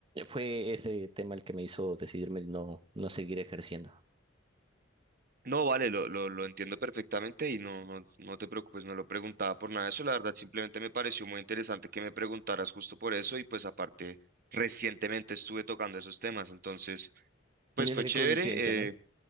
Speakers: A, on the right; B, on the right.
A: fue ese tema el que me hizo decidirme no, no seguir ejerciendo.
B: No, vale, lo, lo, lo entiendo perfectamente y no, no, no te preocupes, no lo preguntaba por nada de eso, la verdad simplemente me pareció muy interesante que me preguntaras justo por eso y pues aparte recientemente estuve tocando esos temas, entonces pues
A: Mira
B: fue
A: qué
B: chévere,
A: coincidencia, ¿no?
B: eh,